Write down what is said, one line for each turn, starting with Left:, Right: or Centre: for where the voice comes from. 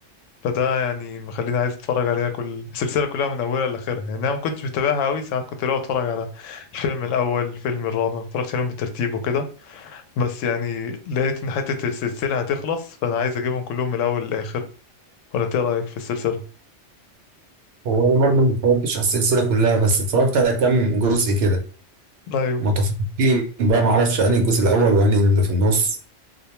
Left: فده يعني مخليني عايز اتفرج عليها كل السلسله كلها من اولها لاخرها يعني انا ما كنتش متابعها قوي ساعات كنت لو اتفرج على الفيلم الاول الفيلم الرابع ما اتفرجتش عليهم بالترتيب وكده بس يعني لقيت ان حته السلسله هتخلص فانا عايز اجيبهم كلهم من الاول للاخر ولا انت إيه رايك في السلسله
Right: هو أنا برضه ما اتفرجتش على السلسلة كلها بس اتفرجت على كام جزء كده
Left: ايوه
Right: متفقين بقى معرفش أنهي الجزء الأول وأنهي اللي في النص